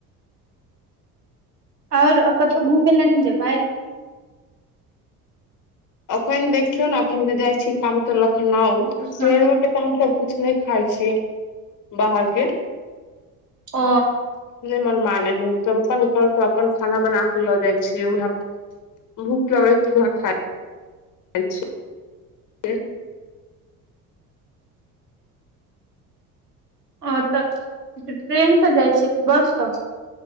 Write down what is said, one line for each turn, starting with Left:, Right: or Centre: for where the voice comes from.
Right: आओर आ कतौ घूमै लए नय जेबे पाए
Left: अखन देखिय ने अखन तऽ जाइ छी काम तऽ लखनऊ स तऽ
Right: हँ
Left: हमसब कुछ नय खाय छियै बाहर के
Right: ओ
Left: नय मन माने हय हमसब अपन घरसँ अपन खाना बना के लऽ जाइ छियै उहे सब भूख लगै हयतऽ उहे खाय खाय छियै छियै
Right: हँ तऽ ट्रेनसँ जाइ छियै की बससँ